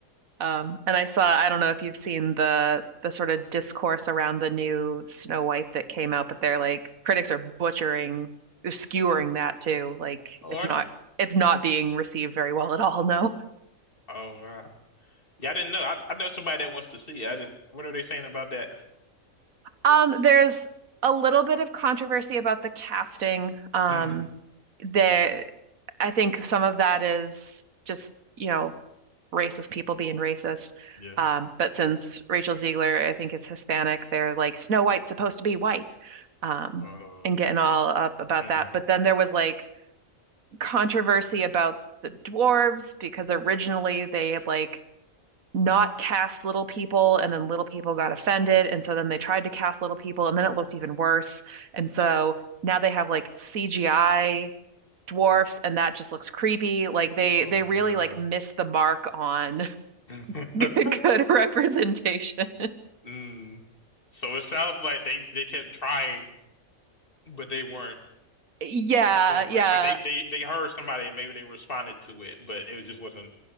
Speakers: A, on the right (about 75°); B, on the left (about 40°).
A: Um, and I saw, I don't know if you've seen the the sort of discourse around the new Snow White that came out, but they're like critics are butchering, skewering that too. Like
B: Oh,
A: it's
B: are
A: not
B: they?
A: it's not being received very well at all, <laughs> no.
B: Oh, wow. Yeah, I didn't know. I, I know somebody that wants to see it. I didn't. What are they saying about that?
A: Um, there's a little bit of controversy about the casting. Um,
B: Mm.
A: the I think some of that is just, you know, racist people being racist.
B: Yes.
A: Um, but since Rachel Ziegler, I think, is Hispanic, they're like, Snow White's supposed to be white, um,
B: Uh,
A: and getting all up about
B: mm.
A: that. But then there was like controversy about the dwarves because originally they had like not cast little people and then little people got offended. And so then they tried to cast little people and then it looked even worse. And so now they have like CGI dwarfs and that just looks creepy. Like they
B: Oh,
A: they really
B: wow.
A: like missed the mark on <laughs>
B: <laughs>
A: Good, good representation.
B: Mm. So it sounds like they, they kept trying, but they weren't
A: Yeah,
B: doing
A: yeah.
B: right. Like they, they, they heard somebody and maybe they responded to it, but it just wasn't